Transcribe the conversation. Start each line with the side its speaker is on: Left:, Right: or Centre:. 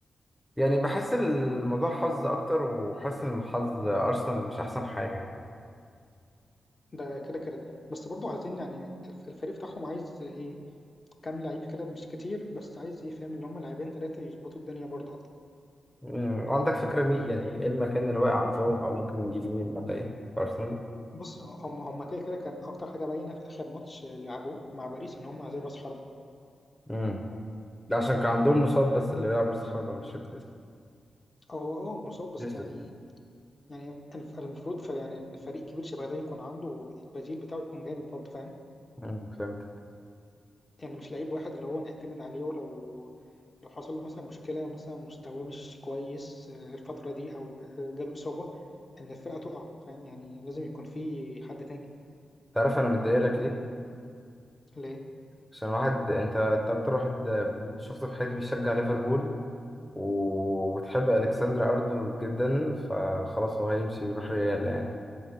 Centre: يعني بحس الموضوع حظ اكتر وحاسس ان حظ ارسنال مش احسن حاجه
Left: ده كده كده بس برضو عايزين يعني الف- الفريق بتاعهم عايز ايه كام لعيب كده مش كتير بس عايز ايه فاهم اللي هم لاعبين ثلاثه يظبطوا الدنيا برضو اكتر
Centre: مم، عندك فكره مين يعني ايه المكان اللي واقع عندهم او ممكن نجيب مين ولا ايه في ارسنال
Left: بص هم هم كده كده كان اكتر حاجه باينه في اخر ماتش لعبوه مع باريس ان هم عايزين راس حربه
Centre: امم ده عشان كان عندهم مصاب
Left: مم.
Centre: بس اللي بيلعب راس حربة مش فاكر اسمه
Left: هو اه مصاب بس
Centre: جيسوس
Left: يعني يعني الف- المفروض فيعني ان فريق كبير شبه ده يكون عنده البديل بتاعه يكون جامد برضه فاهم
Centre: مم، فهمت
Left: يعني مش لعيب واحد اللي هو نعتمد عليه ولو لو حصل له مثلا مشكلة مثلا مستواه مش كويس آه، الفترة دي او آه، جاله إصابة ان الفرقة تقع فاهم يعني لازم يكون في حد تاني
Centre: تعرف انا متضايق لك ليه
Left: ليه
Centre: عشان واحد انت انت اكتر واحد شفته في حياتي بيشجع ليفربول وبتحب الكسندر ارنولد جدا فخلاص هو هيمشي ويروح ريال يعني